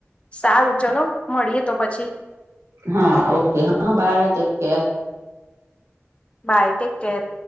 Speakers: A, on the left; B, on the right.
A: સારું ચલો મળીએ તો પછી.
B: હા ઓકે હા bye take care.
A: Bye take care.